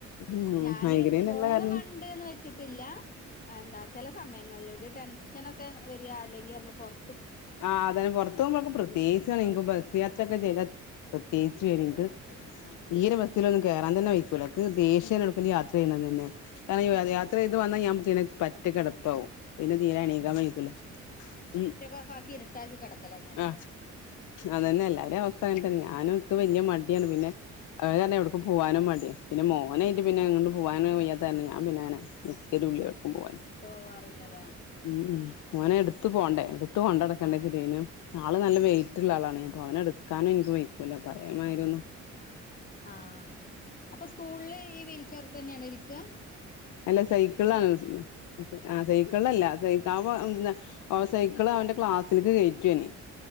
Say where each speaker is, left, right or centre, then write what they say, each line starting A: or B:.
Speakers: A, on the left; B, on the left.
A: ഉം
B: ഞാനെ
A: മൈഗ്രെയിൻ
B: ഫോണ്
A: ഇള്ള കാരണം
B: കണ്ട്ന്ന് വെച്ച് ച്ചിട്ടില്ലാ അന്താ ചെല സമയങ്ങളിലൊരു ടെൻഷനൊക്കെ വരാ അല്ലെങ്കിഅമ്മള് പൊറ
A: ആഹ് അതെ പൊറത്ത്പോവുമ്പമുക്ക് പ്രേത്യേകിച്ചറിയാം ബസ്സ്യാത്രയൊക്കെ
B: ആഹ്
A: ചെയ്യിമ്പ പ്രത്യേകിച്ചി ഒരും
B: ഉം
A: ഇൻക്ക്
B: ആഹ്
A: തീരെ പ ബസിൽലൊന്നും കേറാൻ തന്നെ വൈക്കൂല ഇക്ക് ദേഷ്യാണ് എടുക്കെങ്കിലും യാത്ര ചെയ്യണതന്നെ. കാരണം
B: ഉം
A: യാത്ര ചെയ്ത് വന്നാ ഞാൻ പിന്നെ പറ്റ കിടക്കും പിന്നെ തീരെ എണീക്കാൻ വഴിക്കൂല ഉം
B: ഓഫാക്കി ഇര്ട്ടാക്കികിടക്കല.
A: ആ അത്തന്നെ എല്ലാരേം അവസ്ഥ അങ്ങനത്തന്നെ ഞാനും ഇക്ക്‌ വല്യ
B: ഉം
A: മടി പിന്നെ അത് കാര്ണം എവിടക്ക് പോകാനും മടിയാണ് പിന്നെ മോനായിട്ട്
B: ആഹ്
A: പിന്നെ പോവാന് വെയ്യത്ത കാർണം ഞാൻ പിന്നങ്ങനെ നിക്കലുല്ല്യ എവിടേക്കും പോവാൻ
B: പോവാറില്ലല്ലേ
A: ഉം ഉം മോനെ ഇടുത്ത് പോകണ്ടേ ഇടുത്ത് കൊണ്ട് നടക്കണ്ടേച്ച്ട്ട്
B: ആഹ്
A: പിന്നെ. ആള് നല്ല വെയിറ്റുള്ള ആളാണ് പ്പൊ അവനെ ഇടുക്കാനും എനിക്ക് വെയക്കൂല്ല പഴയമായിരൊന്നും
B: ആ അപ്പൊ സ്കൂളില് ഈ വീൽചയർ തന്നെയാണോ ഇരിക്ക?
A: അല്ല സൈക്കിളാണ് ഉള്ളത്. ആ സൈക്കിളല്ല സെ അവ സൈക്കിള് അവന്റെ ക്ലാസ്സിലേക്ക് കയറ്റുഓൻ.